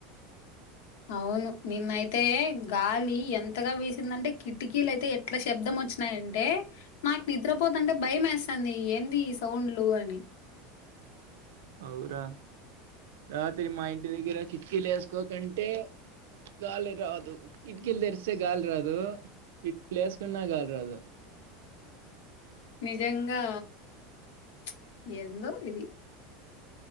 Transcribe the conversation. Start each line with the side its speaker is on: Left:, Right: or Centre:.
Left: అవును నిన్నయితే గాలి ఎంతగా వీసిందంటే కిటికీలు అయితే ఎట్ల శబ్దం వచ్చినాయంటే నాకు నిద్రపోతుంటే భయం వేస్తుంది ఏంది ఈ సౌండ్లు అని
Right: అఔరా రాత్రి మా ఇంటి దగ్గర కిటికీలు వేసుకోకంటే గాలి రాదు కిటికీలు తెరిస్తే గాలి రాదు కిటికీలు వేసుకున్నా గాలి రాదు
Left: నిజంగా ప్చ్ ఎందో ఇది